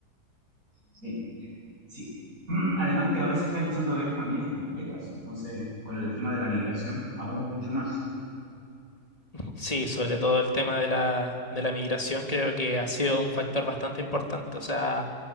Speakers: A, on the right (about 55°); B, on the left (about 20°).
A: Sí, sí. <clears throat> Además que ahora se está empezando a ver familias completas, entonces con el tema de la migración aún mucho más.
B: Sí, sobre todo el tema de la, de la migración creo que ha sido un factor bastante importante. O sea,